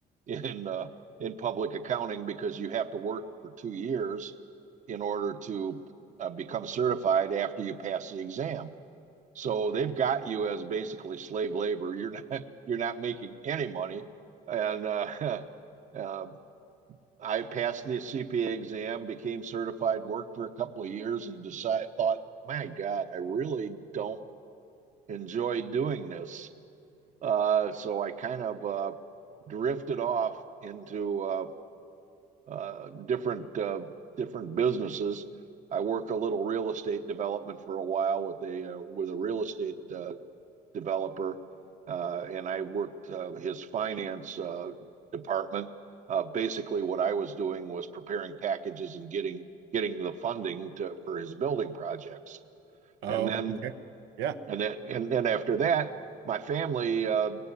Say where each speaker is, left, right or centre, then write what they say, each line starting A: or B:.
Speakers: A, on the right (about 45°); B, on the right (about 90°).
A: in uh, in public accounting because you have to work for two years in order to uh, become certified after you pass the exam. So they've got you as basically slave labor. You're not <laughs> you're not making any money, and uh, <laughs> uh, I passed the CPA exam, became certified, worked for a couple of years, and decided thought, my God, I really don't enjoy doing this. Uh, so I kind of uh, drifted off into uh, uh, different uh, different businesses. I work a little real estate development for a while with a uh, with a real estate uh, developer, uh, and I worked uh, his finance uh, department. Uh, Basically, what I was doing was preparing packages and getting getting the funding to, for his building projects.
B: Oh,
A: And then
B: Okay. Yeah.
A: and then, and then after that, my family uh,